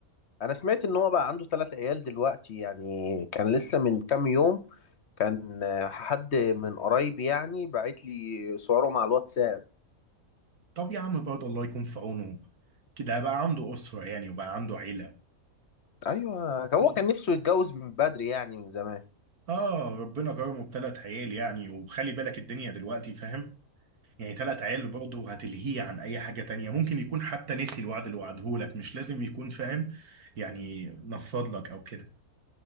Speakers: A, on the left; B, on the right.
A: انا سمعت ان هو بقى عنده ثلاث عيال دلوقتي يعني كان لسه من كام يوم كان آه، حد من قرايبي يعني بعت لي صوره مع الواتساب
B: طب يا عم برضه الله يكون في عونه كده بقى عنده أسرة يعني وبقى عنده عيلة
A: ايوه هو
B: مم.
A: كان نفسه يتجوز من بدري يعني من زمان
B: اه ربنا كرمه بثلاث عيال يعني وخلي بالك الدنيا دلوقتي فاهم يعني تلات عيال برضه هتلهيه عن اي حاجة تانية ممكن يكون حتى نسي الوعد اللي وعده لك مش لازم يكون فاهم يعني نفض لك او كده